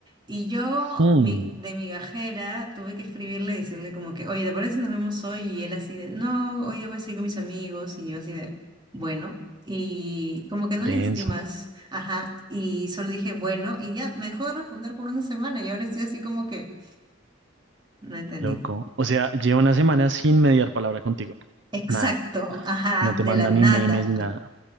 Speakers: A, on the right; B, on the right.
A: Y yo
B: mm,
A: mi, de migajera tuve que escribirle y decirle como que, oye, ¿te parece si nos vemos hoy? Y él así de, no, hoy día voy a salir con mis amigos. Y yo así de, bueno. Y como que no
B: denso,
A: le insistí más, ajá. Y solo dije, bueno, y ya me dejó de responder por una semana y ahora estoy así como que, no entendí.
B: qué loco. O sea, llevo una semana sin mediar palabra contigo.
A: Exacto,
B: Nada,
A: ajá,
B: no te
A: de
B: manda
A: la nada,
B: ni memes ni nada.